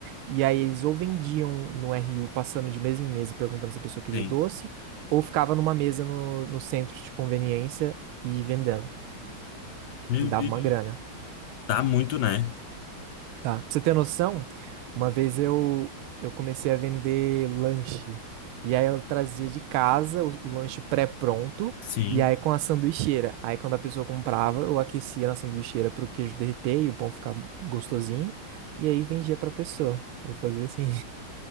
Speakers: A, on the right (about 80°); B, on the left (about 65°).
A: E aí eles ou vendiam no RU passando de mesa em mesa e perguntando se a pessoa queria
B: tem.
A: o doce, ou ficava numa mesa no, no centro de conveniência e vendendo.
B: Meu
A: E dava
B: Deus.
A: uma grana,
B: Dá muito, né?
A: tá? Pra você ter noção, uma vez eu, eu comecei a vender lanche. E aí eu trazia de casa o, o lanche pré-pronto,
B: Sim.
A: e aí com a sanduicheira. Aí quando a pessoa comprava, eu aquecia na sanduicheira pro queijo derreter e o pão ficar gostosinho, e aí vendia pra pessoa. Eu fazia assim.